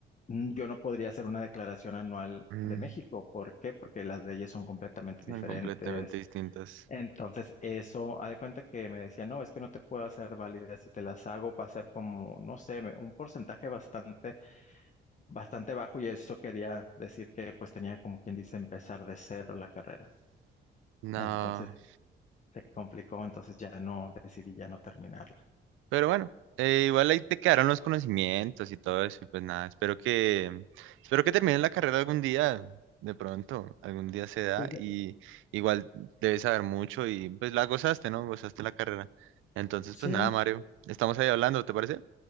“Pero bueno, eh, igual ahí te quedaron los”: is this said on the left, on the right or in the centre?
Right